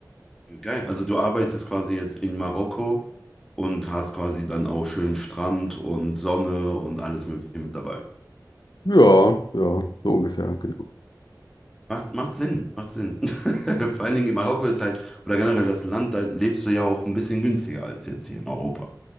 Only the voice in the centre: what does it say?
Geil. Also du arbeitest quasi jetzt in Marokko und hast quasi dann auch schön Strand und Sonne und alles Mögliche mit dabei.
Macht, macht Sinn, macht Sinn. <laughs> Vor allen Dingen in Marokko ist halt, oder generell das Land, da lebst du ja auch ein bisschen günstiger als jetzt hier in Europa.